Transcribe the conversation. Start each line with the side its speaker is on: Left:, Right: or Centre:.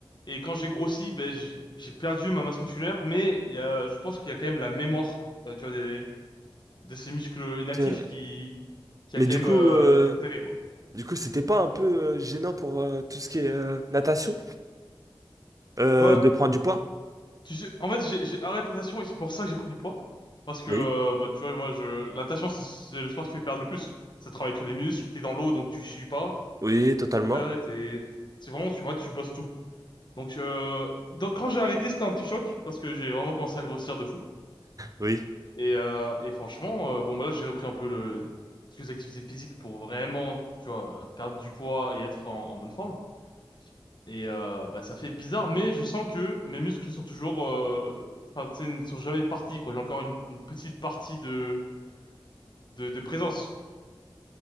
Left: et quand j'ai grossi, ben j'ai j'ai perdu ma masse musculaire, mais il y a, je pense qu'il y a quand même la mémoire, euh, tu vois, des de ces muscles inactifs
Right: Tiens.
Left: qui qui a
Right: Mais
Left: quand
Right: du
Left: même
Right: coup,
Left: euh,
Right: euh,
Left: été intégrée quoi.
Right: Du coup, c'était pas un peu euh, gênant pour euh, tout ce qui est euh, natation euh,
Left: Bah,
Right: de prendre du poids?
Left: Tu sais, en fait, j'ai j'ai arrêté la natation et c'est pour ça que j'ai pris du poids. Parce que,
Right: Oui.
Left: euh, bah, tu vois, moi, je, la natation, c'est c'est le sport qui fait perdre le plus. Ça travaille tous les muscles, t'es dans l'eau, donc tu sues pas.
Right: Oui, totalement.
Left: Tu vois, t'es, c'est vraiment, tu vois, tu bosses tout. Donc, euh, donc quand j'ai arrêté, c'était un petit choc, parce que j'ai vraiment commencé à grossir de fou.
Right: Oui.
Left: Et, euh, et franchement, euh, bon, bah là, j'ai repris un peu le, quelques activités physiques pour vraiment, tu vois, euh, perdre du poids et être en en bonne forme. Et euh, bah, ça fait bizarre, mais je sens que mes muscles sont toujours, euh, enfin, tu sais, ne sont jamais partis, quoi. J'ai encore une, une petite partie de, de, de présence.